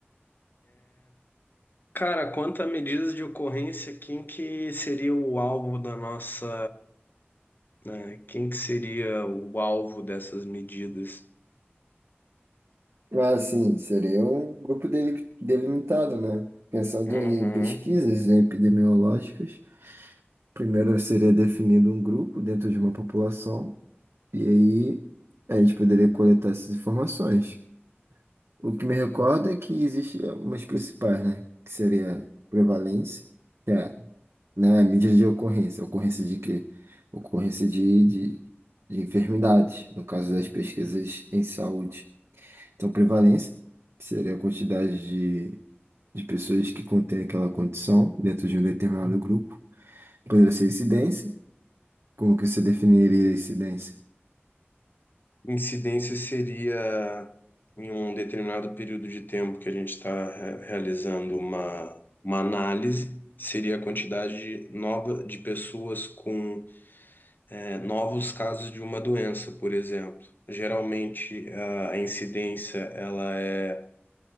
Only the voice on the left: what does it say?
Cara, quanto à medidas de ocorrência, quem que seria o alvo da nossa, né, Quem que seria o alvo dessas medidas?
Uhum.
Incidência seria em um determinado período de tempo que a gente está realizando uma, uma análise, seria a quantidade de nova de pessoas com eh, novos casos de uma doença, por exemplo. Geralmente, a a incidência ela é